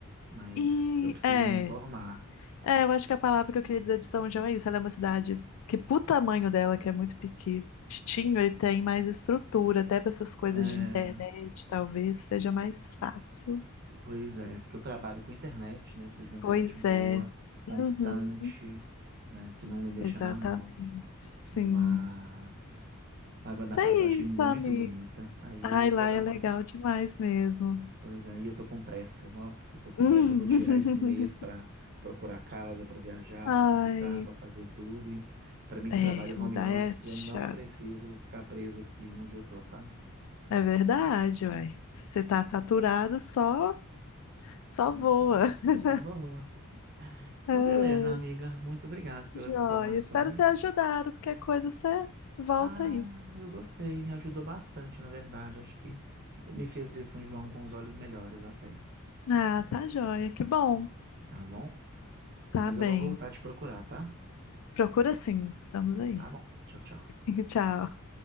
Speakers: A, on the right; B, on the left.
A: Mas
B: E
A: eu preciso
B: é,
A: me informar.
B: é, eu acho que a palavra que eu queria dizer de São João é isso. Ela é uma cidade que, pro tamanho dela, que é muito pequitinho, ele tem mais estrutura, até para essas coisas
A: É,
B: de internet, talvez seja mais fácil.
A: pois é, porque eu trabalho com internet, né? Eu preciso de uma internet
B: Pois
A: boa,
B: é.
A: constante,
B: Uhum,
A: né? Que não me deixa
B: exatamente.
A: na mão.
B: Sim.
A: Mas Lagoa da
B: Isso
A: Prata
B: é
A: eu achei
B: isso,
A: muito
B: amigo.
A: bonita. Aí
B: Ai,
A: eu vou
B: lá
A: dar
B: é
A: uma.
B: legal demais mesmo.
A: Pois aí eu tô com pressa. Nossa, eu tô com
B: <laughs>
A: pressa. Eu vou tirar esse mês pra procurar casa, pra viajar,
B: Ai,
A: pra visitar, pra fazer tudo. E para mim
B: é,
A: que trabalho
B: mudar
A: home office,
B: é chato.
A: eu não preciso ficar preso aqui onde eu tô, sabe?
B: É verdade, uai. Se você tá saturado, só, só voa.
A: Então,
B: <laughs>
A: só voa.
B: Ai,
A: Então, beleza, amiga. Muito obrigado pelas
B: joia.
A: informações.
B: Espero ter ajudado. Qualquer coisa você volta
A: Ah,
B: aí.
A: eu gostei. Ajudou bastante, na verdade. Acho que me fez ver São João com os olhos melhores até.
B: Ah, tá joia. Que bom.
A: Tá bom?
B: Tá
A: Mas
B: bem.
A: eu vou voltar a te procurar, tá?
B: Procura sim. Estamos aí.
A: Então, Tá bom. Tchau, tchau.
B: <laughs> Tchau.